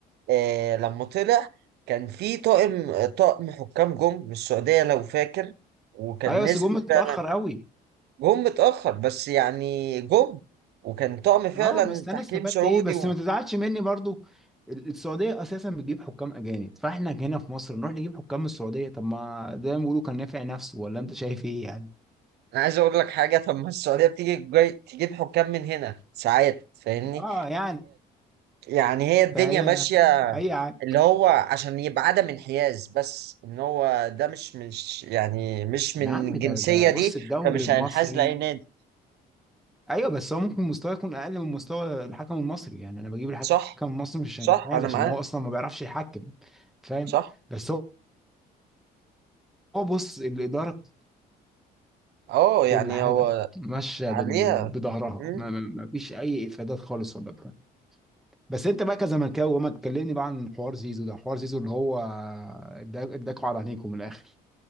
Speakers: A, on the right; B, in the centre.
A: آه لما طلع كان في طاقم طاقم حكام جم من السعودية لو فاكر وكان
B: ايوه بس
A: نزلوا
B: جم متاخر
A: فعلا
B: قوي
A: جم متأخر بس يعني جم وكان طقم فعلا
B: اه بس انا
A: تحكيم
B: استفدت
A: سعودي
B: ايه بس ما تزعلش مني برضو ال- السعوديه اساسا بتجيب حكام اجانب فاحنا هنا في مصر نروح نجيب حكام من السعوديه طب ما ده بيقولوا كان نافع نفسه ولا انت شايف ايه يعني
A: انا عايز اقول لك حاجه طب ما السعوديه بتيجي جاي تجيب حكام من هنا ساعات فاهمني
B: اه يعني
A: يعني هي الدنيا
B: فهي
A: ماشيه
B: اي عك
A: اللي هو عشان يبقى عدم انحياز بس ان هو ده مش مش يعني مش
B: يا
A: من
B: عم
A: الجنسيه
B: ده ده بص
A: دي
B: الدوري
A: فمش
B: المصري
A: هينحاز لاي نادي
B: ايوه بس هو ممكن مستواه يكون اقل من مستوى الحكم المصري يعني انا بجيب الحكم
A: صح
B: المصري مش
A: صح
B: عشان هذا
A: انا
B: عشان
A: معاك
B: هو اصلا ما بيعرفش يحكم فاهم
A: صح
B: بس هو هو بص الاداره
A: اه
B: في كل
A: يعني
B: حاجه
A: هو
B: ماشيه
A: عليها
B: بال... بظهرها
A: مم.
B: ما... ما ما فيش اي افادات خالص ولا بتاع بس انت بقى كزملكاوي وما تكلمني بقى عن حوار زيزو ده حوار زيزو اللي هو اداك- اداكوا على عينيكم من الاخر